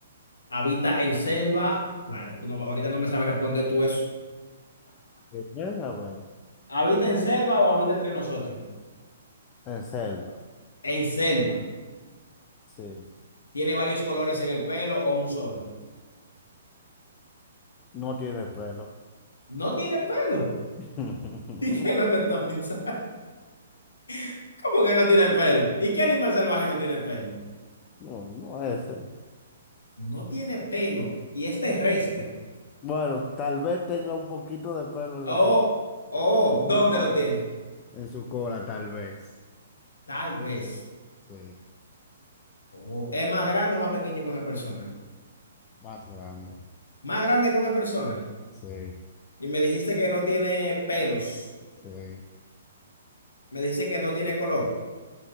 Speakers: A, on the left; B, on the left.
A: Habita en selva. Bueno, tú no- ahorita no me sabes responder tú eso.
B: Primero, a ver,
A: ¿Habita en selva o habita entre nosotros?
B: en selva,
A: En selva.
B: sí.
A: ¿Tiene varios colores en el pelo o un solo?
B: No tiene pelo.
A: No tiene pelo.
B: <laughs>
A: <laughs> ¿Y qué es lo que tú estás pensando? <laughs> ¿Cómo que no tiene pelo? ¿Y qué animal salvaje no tiene pelo?
B: No, no ese.
A: No tiene pelo y es terrestre.
B: Bueno, tal vez tenga un poquito de pelo
A: Oh,
B: en su,
A: oh,
B: en
A: ¿dónde
B: su cola.
A: lo tiene?
B: En su cola, tal vez.
A: Tal vez.
B: Sí,
A: Oh, ¿es más grande o más pequeño que una persona?
B: más grande.
A: Más grande que una persona.
B: Sí,
A: Y me dijiste que no tiene pelos.
B: sí.
A: Me dijiste que no tiene color.